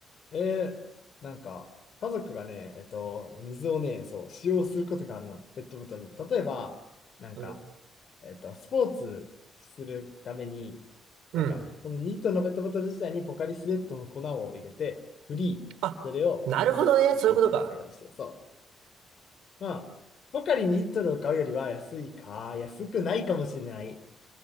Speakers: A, on the left (about 55°); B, on the right (about 85°).
A: えー、なんか、家族がね、えっと、水をね、そう、使用することがあるの、ペットボトルの。例えば、なんか、
B: うん。
A: えっと、スポーツするために、なんか、
B: うん。
A: そのニートのペットボトル自体にポカリスエットの粉を入れて、フリー、
B: あ、
A: それを、
B: なるほどね。
A: リップみたいな使い方してる、
B: そういうことか。
A: そう。まあ、ポカリニリットルを買うよりは安いか、安くないかもしれない。